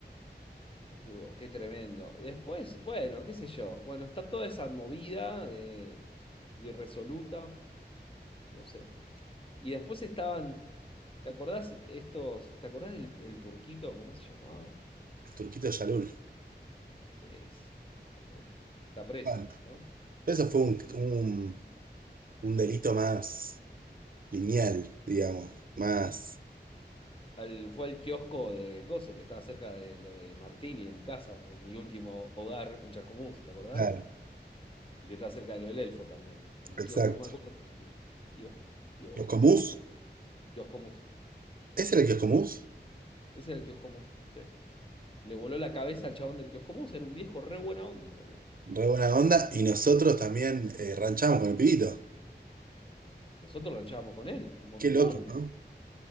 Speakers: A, on the left; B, on the right.
A: Boludo, qué tremendo. Después, bueno, qué sé yo. Bueno, está toda esa movida de irresoluta. No sé. Y después estaban, ¿te acordás estos, te acordás del el turquito? ¿Cómo se llamaba?
B: El turquito Yalul.
A: Ese, ya no- está preso,
B: Bueno,
A: ¿no?
B: eso fue un, un un delito más lineal, digamos. Más.
A: Al- fue al kiosco de Coso, que estaba cerca de lo de Martini, de mi casa, de mi último hogar en Chascomús, ¿te acordás?
B: Claro.
A: Y que estaba cerca de lo del Elfo también. El
B: Exacto.
A: kiosco, no me acuerdo el nombre. Kios, kios,
B: Los Comus,
A: tenía un nombre. Kioscomus.
B: ese era el que es Comus,
A: Ese era el Kioscomus, sí. Le voló la cabeza al chabón del Kioscomus, era un viejo re buena onda, boludo.
B: re buena onda, y nosotros también eh, ranchamos con el pibito.
A: Nosotros ranchábamos con él, un montón.
B: Qué loco, ¿no?